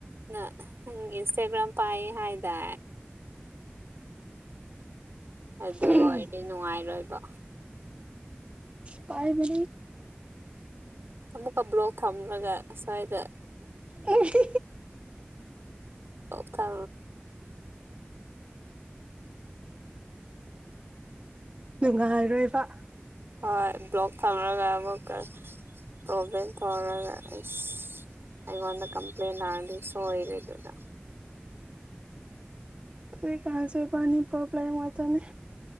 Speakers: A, on the right; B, on the right.
A: ꯅꯪ ꯏꯟꯁꯇꯒ꯭ꯔꯥꯝ ꯄꯥꯏ ꯍꯥꯏꯗꯥ ꯑꯗꯨ
B: ꯎꯝ
A: ꯑꯣꯏꯔꯗꯤ ꯅꯨꯡꯉꯥꯏꯔꯣꯏꯕ
B: ꯄꯥꯏꯕ
A: ꯑꯃꯨꯛꯀ ꯕ꯭ꯂꯣꯛ ꯊꯝꯂꯒ ꯁꯁ꯭ꯋꯥꯏꯗ
B: ꯅꯣꯏꯅ
A: ꯊꯥ
B: ꯅꯨꯡꯉꯥꯏꯔꯣꯏꯕ
A: ꯍꯣꯏ ꯕ꯭ꯂꯣꯛ ꯊꯝꯔꯒ ꯑꯃꯨꯛꯀ ꯄ꯭ꯔꯣꯕ꯭ꯂꯦꯝ ꯊꯣꯛꯧꯔꯒ ꯑꯁ ꯑꯩꯣꯟꯗ ꯀꯝꯄ꯭ꯂꯦꯟ ꯑꯗꯤ ꯁꯣ ꯏ ꯑꯗꯨꯒ
B: ꯑ ꯀꯥꯁꯦꯕꯅꯤ ꯄꯣꯕꯂꯦꯝꯅꯦ